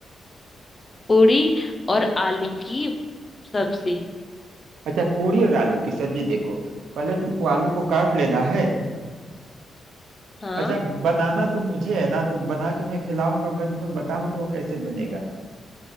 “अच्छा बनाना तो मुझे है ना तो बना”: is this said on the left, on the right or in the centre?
Right